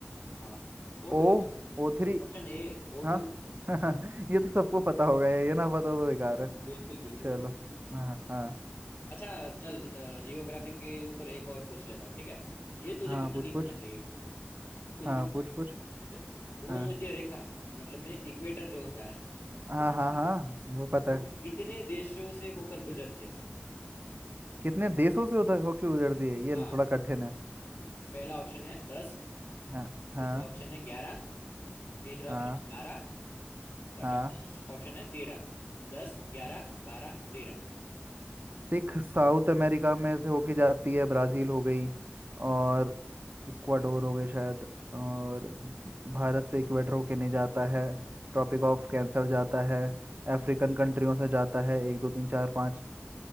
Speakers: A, on the left; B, on the right.
A: हाँ oh
B: ओ
A: two
B: ओ थ्री
A: Option A oh
B: हाँ
A: two
B: <laughs> ये तो सबको पता होगा ये ये ना पता हो तो बेकार है
A: बिल्कुल बिल्कुल
B: चलो हाँ हाँ
A: अच्छा चल जियोग्राफी के ऊपर एक और पूछ लेता हूँ ठीक है ये तुझे
B: हाँ
A: पता
B: पूछ
A: नहीं
B: पूछ
A: होना चाहिए तू कुछ
B: हाँ
A: भी बोले
B: पूछ पूछ
A: चल भूमध्य
B: हाँ
A: रेखा मतलब में इक्वेटर जो होता है
B: हाँ
A: भूमध्य
B: हाँ हाँ
A: रेखा
B: वो पता
A: वो
B: है
A: कितने देशों से होकर गुजरती है
B: कितने देशों से उधर होके उधरती है ये
A: हाँ
B: थोड़ा कठिन है
A: पहला ऑप्शन है दस
B: हाँ हाँ
A: दूसरा ऑप्शन है ग्यारह तीसरा
B: हाँ
A: ऑप्शन है बारह और
B: हाँ
A: चौथा ऑप्शन है तेरह दस ग्यारह बारह तेरह
B: सिख साउथ अमेरिका में से होके जाती है ब्राजील हो गई और इक्वाडोर हो गई शायद और भारत से इक्वेटर होके नहीं जाता है ट्रॉपिक ऑफ कैंसर जाता है अफ्रीकन कंट्रियों से जाता है एक दो तीन चार पाँच